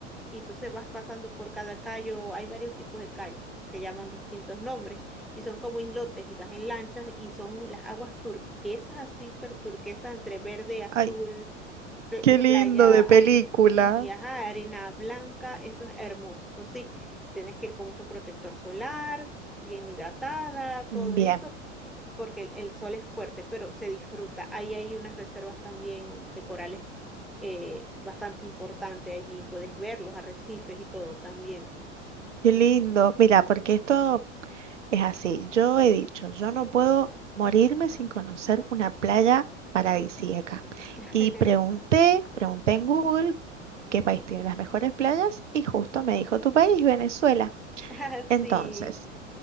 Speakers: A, in the centre; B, on the right (about 75°).
A: y entonces vas pasando por cada callo, hay varios tipos de callos que se llaman distintos nombres y son como islotes y vas en lanchas y son las aguas turquesas así, pero turquesas entre verde, azul
B: Ay,
A: pl-
B: qué
A: eh,
B: lindo
A: playa,
B: de
A: harina,
B: película.
A: sí, ajá, arena blanca, eso es hermoso, eso sí, tienes que ir con mucho protector solar, bien hidratada, todo
B: Bien,
A: eso, porque el, el sol es fuerte, pero se disfruta. Ahí hay unas reservas también de corales eh, bastante importantes, allí puedes ver los arrecifes y todo también.
B: qué
A: Ujú.
B: lindo. Mira, porque esto es así. Yo he dicho, yo no puedo morirme sin conocer una playa paradisíaca.
A: <laughs>
B: Y pregunté, pregunté en Google qué país tiene las mejores playas y justo me dijo tu país, Venezuela.
A: Ah,
B: Entonces,
A: Sí.